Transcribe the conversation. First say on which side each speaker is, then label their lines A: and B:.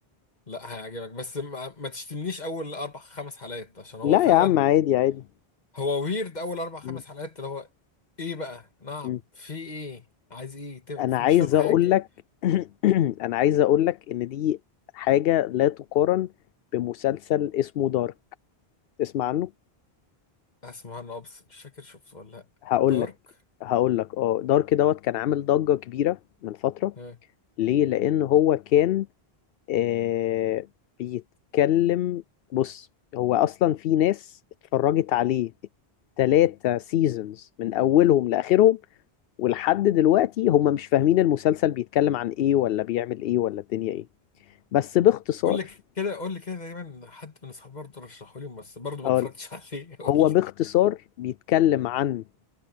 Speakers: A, on the left; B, on the left.
A: لا هيعجبك بس ما, ما تشتمنيش أول أربع خمس حلقات عشان هو
B: لا
A: فعلا
B: يا عم عادي عادي
A: هو ويرد أول أربع خمس
B: م-
A: حلقات اللي هو إيه بقى نعم
B: م.
A: في إيه عايز إيه تب-
B: انا عايز
A: مش فاهم حاجة
B: اقول لك <clears throat> انا عايز اقول لك ان دي حاجة لا تقارن بمسلسل اسمه دارك تسمع عنه
A: اسمه عنه ابس مش فاكر شفته ولا لا
B: هقول
A: دارك
B: لك هقول لك اه دارك دوت كان عامل ضجة كبيرة من فترة
A: آه.
B: ليه لان هو كان آه، بيتكلم بص هو اصلا في ناس اتفرجت عليه تلاتة سيزونز من اولهم لاخرهم ولحد دلوقتي هم مش فاهمين المسلسل بيتكلم عن ايه ولا بيعمل ايه ولا الدنيا ايه بس باختصار
A: قول لي كده قول لي كده تقريبا حد من اصحابي برضه رشحه لي بس برضه ما
B: هقول
A: اتفرجتش عليه <laughs> قول
B: هو
A: لي
B: باختصار بيتكلم عن